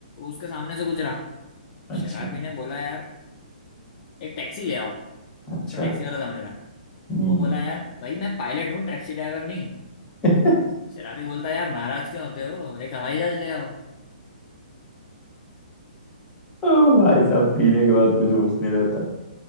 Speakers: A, on the left (about 40°); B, on the left (about 20°).
A: उसके सामने से गुजरा
B: अच्छा
A: शराबी ने बोला यार एक टैक्सी ले आओ उसको
B: अच्छा
A: टैक्सी वाला समझ रहा
B: हम्म
A: वो बोला यार भाई मैं पायलट हूँ टैक्सी ड्राइवर नहीं
B: <laughs>
A: शराबी बोलता यार नाराज क्यों होते हो एक हवाई जहाज ले आओ
B: ओ भाई साहब पीने के बाद कुछ होश नहीं रहता